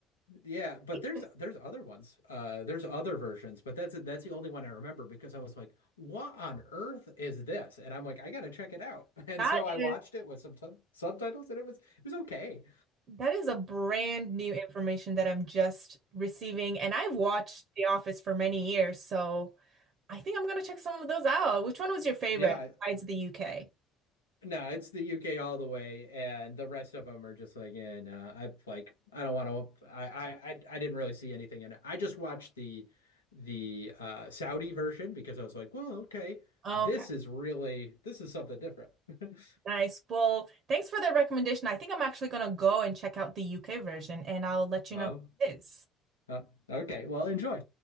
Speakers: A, on the left; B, on the right.
A: yeah, but
B: Interesting.
A: there's there's other ones. Uh, there's other versions, but that's that's the only one I remember because I was like, what on earth is this? And I'm like, I gotta check it out. <laughs> And
B: That
A: so I
B: is
A: watched it with some sub- subtitles, and it was it was okay.
B: that is a brand new information that I'm just receiving, and I've watched The Office for many years, so I think I'm gonna check some of those out. Which one was your favorite
A: Yeah,
B: besides the UK?
A: No, it's the UK all the way, and the rest of them are just like, and nah, I like, I don't want to. I, I, I I didn't really see anything in it. I just watched the the uh, Saudi version because I was like, well, okay,
B: Okay,
A: this is really this is something different. <laughs>
B: nice. Well, thanks for the recommendation. I think I'm actually gonna go and check out the UK version and I'll let you
A: Well,
B: know how it is.
A: uh, okay, well, enjoy.